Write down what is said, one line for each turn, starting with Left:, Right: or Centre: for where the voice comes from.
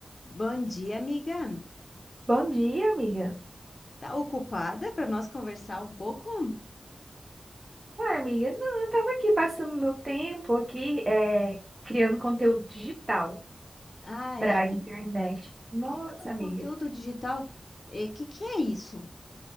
Left: Bom dia, amiga.
Right: Bom dia, amiga.
Left: Tá ocupada para nós conversar um pouco?
Right: Ué, amiga, não, eu tava aqui passando meu tempo aqui, é, criando conteúdo digital
Left: Ah,
Right: pra
Left: é?
Right: internet. Nossa,
Left: Criando
Right: amiga,
Left: conteúdo digital. O que que é isso?